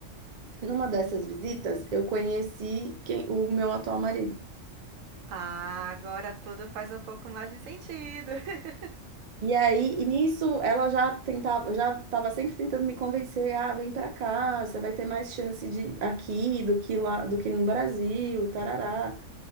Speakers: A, on the right; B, on the right.
A: Numa dessas visitas, eu conheci quem, o meu atual marido.
B: Ah, agora tudo faz um pouco mais de sentido. <laughs>
A: E aí, e nisso, ela já tentava, já estava sempre tentando me convencer, ah, vem pra cá, você vai ter mais chance de aqui do que lá, do que no Brasil, tarará.